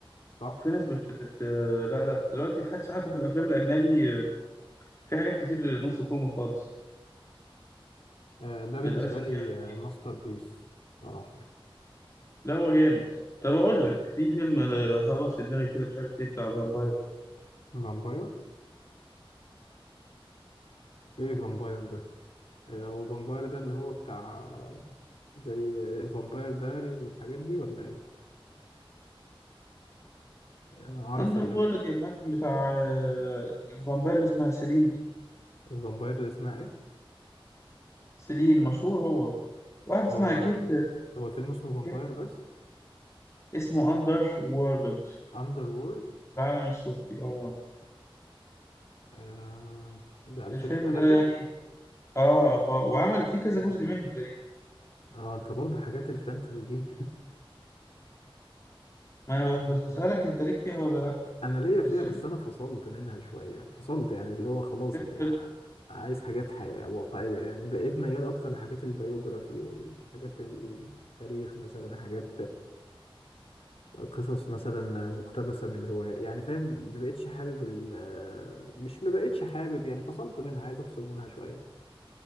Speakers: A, on the left; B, on the left.
A: صح
B: وفي ناس بت... بت... لا لا دلوقتي حتى حتى في الأفلام الأجنبي آه، في حاجات كتير نص كوم خالص
A: آه، ده بالنسبه
B: للأسف
A: لي
B: يعني
A: ماستر بيس صراحه
B: لا هو جامد طب أقول لك في فيلم أنا هبط في دماغي كده مش عارف ليه بتاع فامباير
A: فامباير ايه فامباير ده آه، وفامباير ده اللي هو بتاع آه، زي فامباير دايريز والحاجات دي ولا ايه انا اعرف
B: أندر
A: ال-
B: وورلد يا معلم بتاع آه، الفامباير اللي اسمها سيلين دي
A: الفامباير اللي اسمها ايه
B: سيلين مشهور هو واحدة اسمها
A: هو
B: كيت
A: هو الفيلم اسمه فامباير
B: كيت
A: بس
B: اسمه أندر وورلد
A: اندر وورلد
B: العالم السفلي اه
A: آه ده 2003
B: الفيلم ده يعني اه آه، وعمل فيه كذا جزء منه تقريبا
A: اه انت برضه حاجات الفانتازي دي
B: ما انا بس
A: <laughs>
B: بس
A: آه،
B: اسالك انت ليك فيها ولا لا
A: انا ليا فيها
B: بس فيلم
A: بس انا فصلت منها شويه فصلت يعني اللي هو خلاص
B: فيلم
A: بقى
B: حلو
A: عايز حاجات حقيقة واقعيه يعني بقيت ميال اكتر لحاجات البيوجرافي والحاجات التاريخ مثلا حاجات قصص مثلا مقتبسة من رواية يعني فاهم مبقتش حابب ال آه، مش مبقتش حابب يعني فصلت منها عايز افصل منها شوية